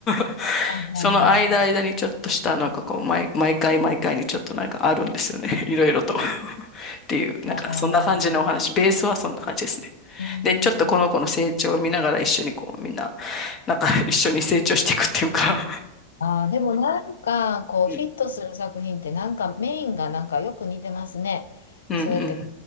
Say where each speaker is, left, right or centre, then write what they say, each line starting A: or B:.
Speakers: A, on the left; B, on the left.
A: <laughs>
B: はい、はい、
A: その間間にちょっとしたなんかこう毎、
B: は
A: 毎回毎回にちょっとなんかあるんですよね。
B: い、はい。
A: <laughs> いろいろと。っていう、
B: あ
A: なんかそんな感じのお話。
B: あ、
A: ベースはそんな感じですね。
B: うーん。
A: で、ちょっとこの子の成長を見ながら一緒にこうみんななんか一緒に成長していくっていうか
B: ああ、でもなんか、こう、
A: うん。
B: ヒットする作品って、なんかメインがなんかよく似てますね。
A: うん
B: そうやって、